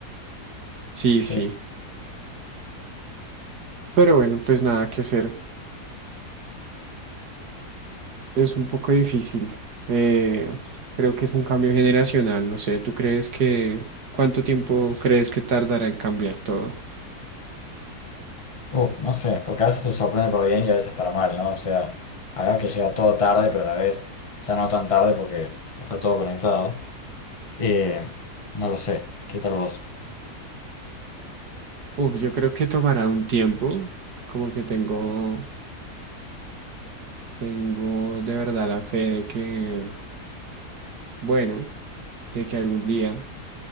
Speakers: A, on the right (about 80°); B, on the left (about 20°).
A: Sí, sí.
B: Sí.
A: Pero bueno, pues nada que hacer. Es un poco difícil. Eh, creo que es un cambio generacional. No sé, ¿tú crees que cuánto tiempo crees que tardará en cambiar todo?
B: Uf, no sé, porque a veces te sorprende para bien y a veces para mal, ¿no? O sea, acá que llega todo tarde, pero a la vez ya no tan tarde porque está todo conectado. Eh, no lo sé. ¿Qué tal vos?
A: Uf, yo creo que tomará un tiempo. Como que tengo, tengo de verdad la fe de que Bueno, de que algún día